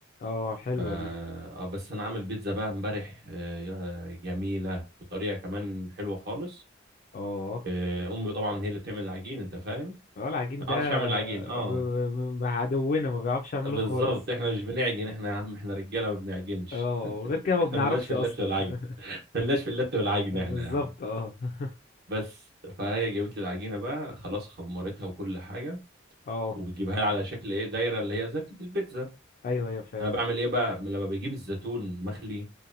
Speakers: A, on the left; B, on the right.
A: اه حلوه
B: ف اه
A: دي
B: بس انا عامل بيتزا بقى امبارح آه، يا- جميله بطريقه كمان حلوه خالص
A: اه
B: آه، امي طبعا هي اللي بتعمل العجين انت فاهم انا
A: اه العجين ده
B: ما اعرفش اعمل العجين اه
A: ب- ب- ب- عدونا ما بيعرفش يعمله
B: بالظبط
A: خالص
B: احنا مش بنعجن احنا يا عم احنا رجاله ما بنعجنش
A: اه وغير كده ما
B: احنا
A: بنعرفش
B: ملناش في
A: اصلا
B: اللت والعجن
A: <laughs>
B: ملناش في اللت والعجن
A: بالظبط
B: احنا يا عم
A: اه <laughs>
B: بس فهي جابت لي العجينه بقى خلاص خمرتها وكل حاجه
A: اه
B: وبتجيبها لي على شكل ايه دايره اللي هي زي بتاعت البيتزا
A: ايوه ايوه فاهم
B: انا بعمل ايه بقى لما بجيب الزيتون مخلي